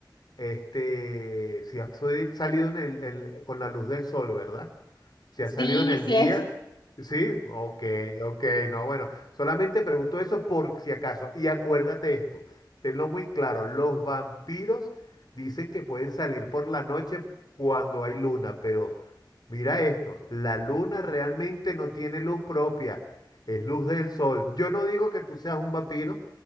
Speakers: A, on the left; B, on the left.
A: Este, si has sali- salido en el- en- con la luz del sol, ¿verdad? Si ha
B: Sí,
A: salido en el
B: sí
A: día,
B: es.
A: sí, ok, ok, no, bueno, solamente pregunto eso por si acaso. Y acuérdate esto, tenlo muy claro, los vampiros dicen que pueden salir por la noche cuando hay luna, pero mira esto, la luna realmente no tiene luz propia, es luz del sol. Yo no digo que tú seas un vampiro,